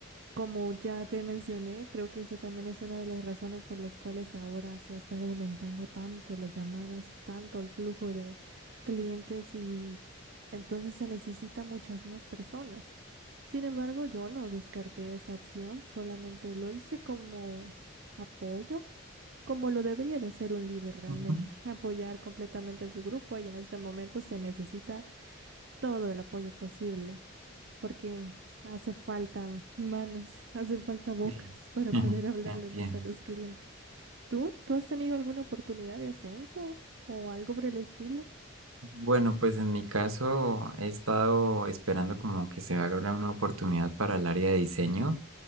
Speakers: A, on the right; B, on the right.
A: como ya te mencioné, creo que esa también es una de las razones por las cuales ahora se ha estado aumentando tanto las llamadas, tanto el flujo de clientes y entonces se necesitan muchas más personas. Sin embargo, yo no descarté esa opción, solamente lo hice como apoyo, como lo debería de hacer un líder realmente,
B: Ujú.
A: <laughs> apoyar completamente a su grupo y en este momento se necesita todo el apoyo posible porque hace falta manos, <laughs> hace falta bocas
B: Sí.
A: para
B: <laughs>
A: poder hablarle
B: Entiendo.
A: más a los clientes. ¿Tú? ¿Tú has tenido alguna oportunidad de ascenso o algo por el estilo?
B: Bueno, pues en mi caso he estado esperando como que se abra una oportunidad para el área de diseño.